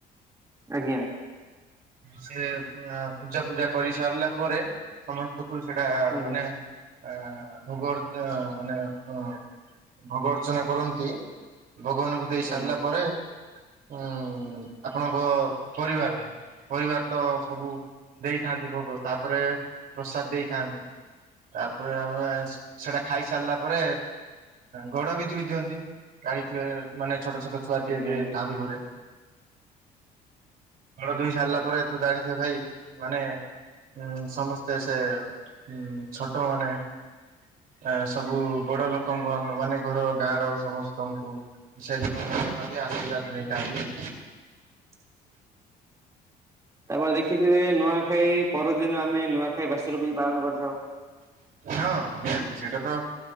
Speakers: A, on the right (about 20°); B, on the right (about 60°).
A: ଆଜ୍ଞା।
B: ସେ ପୂଜା ଫୂଜା କରି ସାରିଲା ପରେ ସମସ୍ତଙ୍କୁ ଫୁଲୁ ସେଟା
A: ଆଜ୍ଞା
B: ମାନେ ଆ ଭୋଗ ଅର୍ଚ ମାନେ ଅ ଭୋଗ ଅର୍ଚ୍ଚନା କରନ୍ତି। ଭଗବାନଙ୍କୁ ଦେଇ ସାରିଲା
A: ଆଜ୍ଞା
B: ପରେ ଉଁ ଆପଣଙ୍କ ପରିବାରରେ ପରିବାର ତ ସବୁ ଦେଇଥାନ୍ତି ଭୋଗ ତାପରେ ପ୍ରସାଦ ଦେଇଥାନ୍ତି। ତାପରେ ଆମେ ସେଟା ଖାଇ ସାରିଲା ପରେ ଗୋଡ ବି ଧୁଇଦିଅନ୍ତି ଜାଣିଥିବେ ମାନେ ଛୋଟ ଛୋଟ ଛୁଆ
A: ଆଜ୍ଞା
B: ଯିଏ ଯିଏ
A: ଆଜ୍ଞା।
B: ଥାଆନ୍ତି ଘରେ ଦୁଇ ସାରିଲା ପରେ ତ ଜାଣିଥିବେ ଭାଇ ମାନେ ଉଁ ସମସ୍ତେ ସେ ଉଁ ଛୋଟ ମାନେ ଅ ସବୁ ବଡ ଲୋକଙ୍କୁ ଆମ ମାନେ ଘର ଗାଁ ର ସମସ୍ତଙ୍କୁ ମିଶାଇଦବା। ଆଶୀର୍ବାଦ ନେଇଥାନ୍ତି।
A: <inaudible> ତାପରେ ଦେଖିଥିବେ ନୂଆଖାଇ ପରଦିନ ଆମେ ନୂଆଖାଇ ବାସ ରୂପୀ କି ପାଳନ କରିଥାଉ।
B: ହଁ ନିହାତି ସେଇଟା ତ